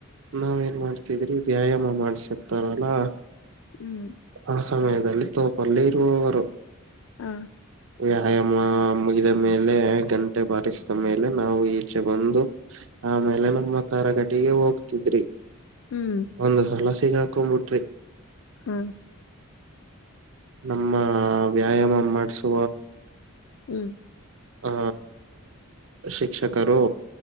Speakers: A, on the right (about 65°); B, on the left (about 60°).
A: ನಾವ್ ಏನ ಮಾಡ್ತಿದ್ರಿ ವ್ಯಾಯಾಮ ಮಾಡ್ಸಕ್ತಾರಲ್ಲ
B: ಹ್ಮ್
A: ಆ ಸಮಯದಲ್ಲಿ ತೋಪಲ್ಲಿ ಇರುವವರು
B: ಹಾ
A: ವ್ಯಾಯಾಮ ಮುಗಿದ ಮೇಲೆ ಗಂಟೆ ಬಾರಿಸಿದ ಮೇಲೆ ನಾವು ಈಚೆ ಬಂದು ಆಮೇಲೆ ನಮ್ಮ ತರಗಟಿಗೆ ಹೋಗ್ತಿದ್ರಿ
B: ಹ್ಮ್
A: ಒಂದು ಸಲ ಹಾಕೊಂಬಿಟ್ರಿ
B: ಹಾ
A: ನಮ್ಮ ವ್ಯಾಯಾಮ ಮಾಡಸುವ
B: ಹ್ಮ್
A: ಆ ಶಿಕ್ಷಕರು